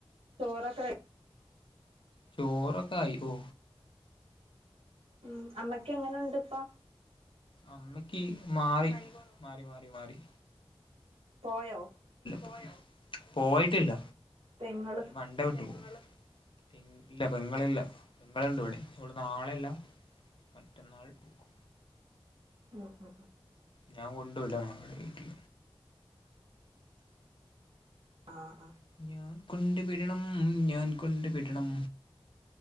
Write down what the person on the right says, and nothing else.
ചോറൊക്കെ റെഡി
ഉം അമ്മയ്ക്ക് എങ്ങെനുണ്ട് പ്പൊ
പോയോ
പെങ്ങള്
ഉം ഉം
ആഹ് ആഹ്